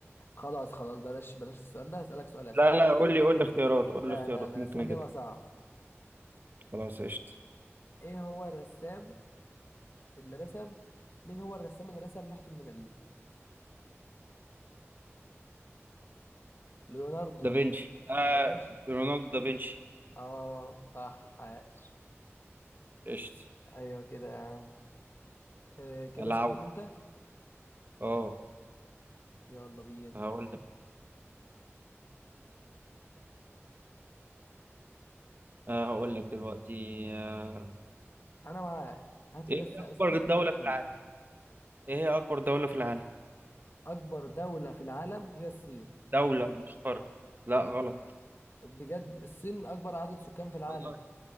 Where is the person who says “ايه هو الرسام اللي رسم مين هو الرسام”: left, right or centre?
Left